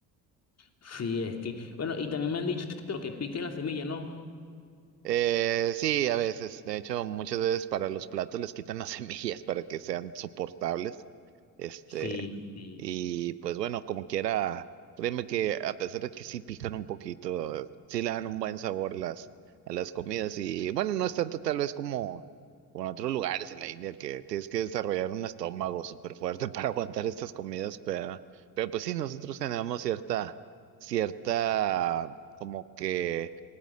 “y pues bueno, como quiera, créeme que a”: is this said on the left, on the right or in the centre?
Right